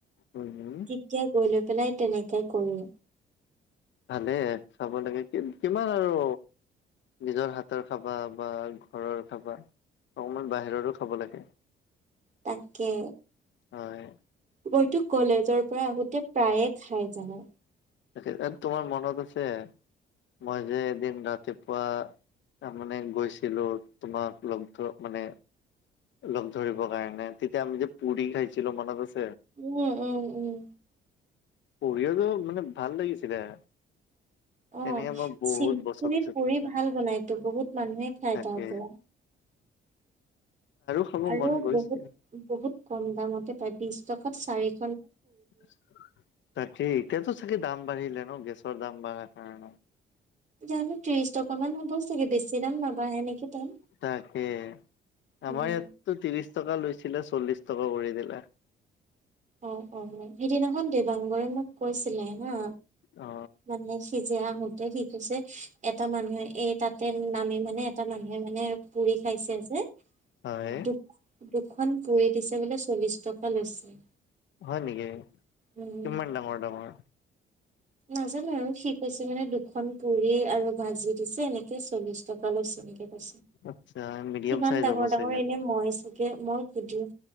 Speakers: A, on the left (about 70°); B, on the right (about 40°).
A: উম,
B: তেতিয়াই গৈ লৈ পেলাই তেনেকে কৰো।
A: ভালে চাব লাগে কি কিমান আৰু নিজৰ হাতৰ খাবা বা ঘৰৰ খাবা। অকণমান বাহিৰৰো খাব লাগে।
B: তাকে।
A: হয়।
B: মইটো কলেজৰ পৰা আহোতে প্ৰায়ে খাই জানা।
A: তাকে তোমাৰ মনত আছে, মই যে এদিন ৰাতিপুৱা তা মানে গৈছিলো তোমাক লগ ধৰ মানে লগ ধৰিবৰ কাৰণে তেতিয়া আমি যে পুৰি খাইছিলো মনত আছে?
B: উম উম উম।
A: পুৰি আৰু মানে ভাল লাগিছিলে।
B: <inaudible> অ
A: তেনেকে মই বহুত
B: শিলপুখুৰীত
A: বছৰ পিছত
B: পুৰি
A: খালো
B: ভাল বনাইতো বহুত মানুহে খাই
A: তাকে
B: তাৰ পৰা।
A: খাব
B: আৰু
A: মন গৈছে
B: বহুত বহুত কম দামতে পায় বিশ টকাত চাৰি
A: <inaudible> তাকেই, তাৰপিছত চাগে দা দাম বাঢ়িলেনো গেছৰ দাম বাঢ়া কাৰ
B: জানো ত্ৰিশ টকা মান হ'ব চাগে বেছি দাম নাবাঢ়ে নেকি? তাত।
A: তাকে
B: উম,
A: আমাৰ ইয়াতটো ত্ৰিশ টকা লৈছে ছিলে চল্লিশ টকা কৰি দিলে।
B: অ অ সেইদিনাখন দেৱাংগৰে মোক কৈছিলে হা
A: অ
B: মানে সিজিৰা আহোতে কি কৈছে এটা মানুহে এই তাতে নামি মানে এটা মানুহে মানে পুৰি খাইছে যে,
A: হয়
B: দুখ দু খন পুৰি দিছে বোলে চল্লিশ টকা লৈছে।
A: হয় নেকি?
B: উম
A: কিমান ডাঙৰ ডাঙৰ।
B: নাজানো আৰু শিকিছে মানে দুখন পুৰি আৰু ভাজি দিছে। এনেকে চল্লিশ টকা লৈছে নেকি?
A: আচ্ছা মিডিয়াম
B: যিমান
A: চাইজ
B: ডাঙৰ
A: হ'ব
B: ডাঙৰ
A: চাগে।
B: এনে মহ <unintelligible> মই সুধিম